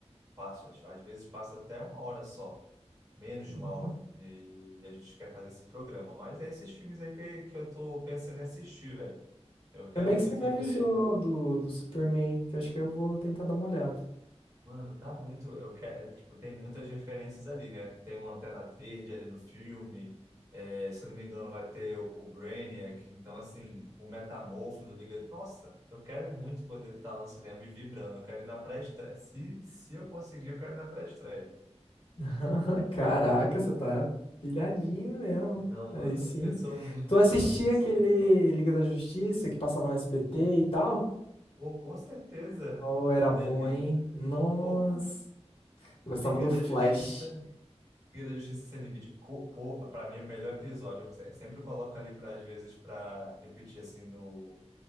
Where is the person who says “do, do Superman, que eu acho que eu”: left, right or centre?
Left